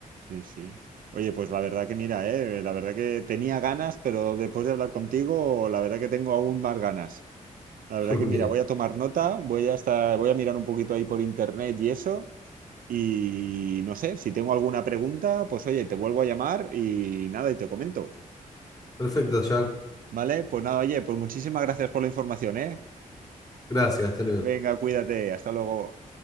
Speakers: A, on the right; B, on the left.
A: Sí, sí. Oye, pues la verdad que mira, eh, la verdad que tenía ganas, pero después de hablar contigo, la verdad que tengo aún más ganas. La verdad
B: <laughs>
A: que mira,
B: Bien,
A: voy a tomar nota, voy a estar, voy a mirar un poquito ahí por internet y eso. Y no sé, si tengo alguna pregunta, pues oye, te vuelvo a llamar y nada, y te comento.
B: perfecto, John.
A: ¿Vale? Pues nada, oye, pues muchísimas gracias por la información, ¿eh?
B: Gracias, hasta luego.
A: Venga, cuídate, hasta luego.